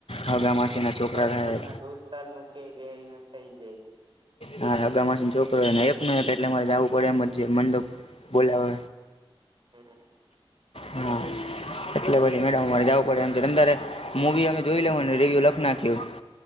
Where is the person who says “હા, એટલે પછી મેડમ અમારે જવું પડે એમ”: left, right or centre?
Left